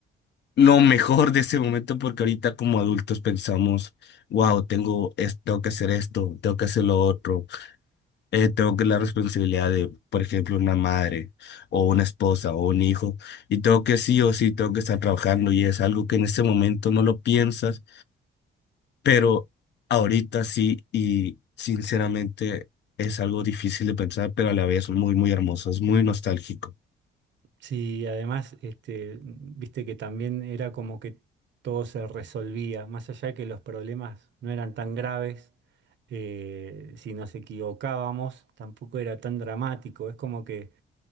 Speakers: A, on the left (about 60°); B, on the right (about 65°).
A: lo mejor de ese momento porque ahorita como adultos pensamos, wow, tengo, es- tengo que hacer esto, tengo que hacer lo otro, eh, tengo que la responsabilidad de, por ejemplo, una madre o una esposa o un hijo y tengo que sí o sí, tengo que estar trabajando y es algo que en ese momento no lo piensas pero ahorita sí y sinceramente es algo difícil de pensar, pero a la vez muy, muy hermoso, es muy nostálgico.
B: Sí, además, este, viste que también era como que todo se resolvía, más allá de que los problemas no eran tan graves, eh, si nos equivocábamos, tampoco era tan dramático, es como que